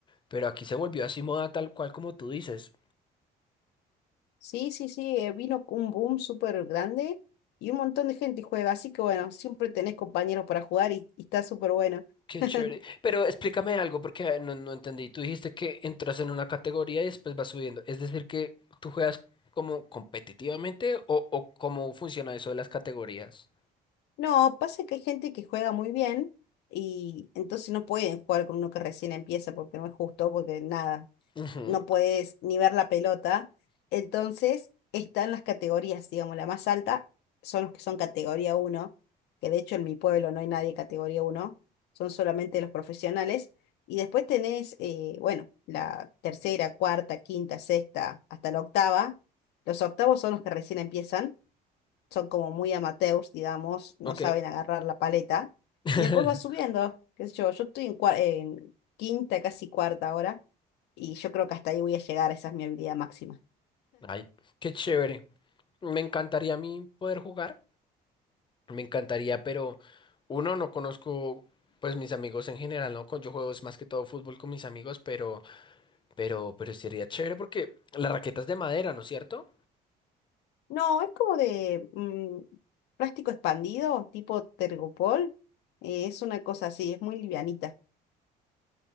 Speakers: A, on the left (about 30°); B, on the left (about 80°).
A: pero aquí se volvió así moda tal cual como tú dices.
B: Sí, sí, sí, eh, vino un boom súper grande y un montón de gente juega, así que bueno, siempre tenés compañeros para jugar y, y está súper bueno.
A: Qué
B: <laughs>
A: chévere. Pero explícame algo, porque eh, no, no entendí. Tú dijiste que entras en una categoría y después vas subiendo. Es decir, que tú juegas como competitivamente o, o cómo funciona eso de las categorías.
B: No, pasa que hay gente que juega muy bien y entonces no pueden jugar con uno que recién empieza porque no es justo, porque nada.
A: Ujú,
B: no puedes ni ver la pelota. Entonces están las categorías, digamos, la más alta son los que son categoría uno que de hecho en mi pueblo no hay nadie categoría uno son solamente los profesionales. Y después tenés, eh, bueno, la tercera, cuarta, quinta, sexta, hasta la octava. Los octavos son los que recién empiezan son como muy amateurs, digamos, no
A: Ok.
B: saben agarrar la paleta.
A: <laughs>
B: Y después va subiendo, qué sé yo, yo estoy en, cua- en quinta, casi cuarta ahora, y yo creo que hasta ahí voy a llegar, esa es mi habilidad máxima.
A: Ay, qué chévere. Me encantaría a mí poder jugar, me encantaría, pero uno, no conozco pues mis amigos en general, ¿no? Con- Yo juego es más que todo fútbol con mis amigos, pero, pero, pero sería chévere porque la raqueta es de madera, ¿no es cierto?
B: No, es como de mm, plástico expandido, tipo Tergopol, eh, es una cosa así, es muy livianita.